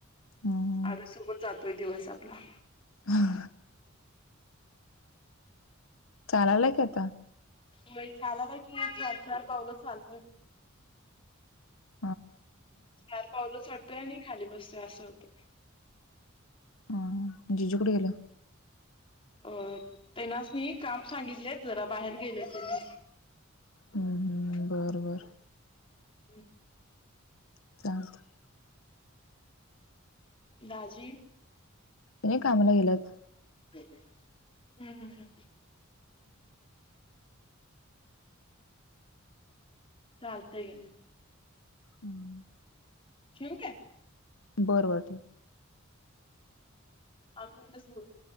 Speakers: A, on the left (about 85°); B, on the left (about 25°).
A: ह
B: अर सोबत जातोय दिवस आपला.
A: हा. चचाला लाईक आता.
B: म्ह आला का कि चार चार पावलंच चालतय.
A: ह.
B: चार पावलं चडतोय आणि खाली बसतोय असं होतं.
A: ह जिजुकुठ गल.
B: अ तेनाच नाही काम सांगितलेत जरा बाहेर गेले त्यां.
A: हम्म हम् बर बर.
B: हम्
A: च
B: भााजी
A: त नाही कामला गेल्यात
B: हम्म हम ह चालत गेल
A: हम्म
B: शेव काय
A: बरं वाट
B: आठ मिनटच बर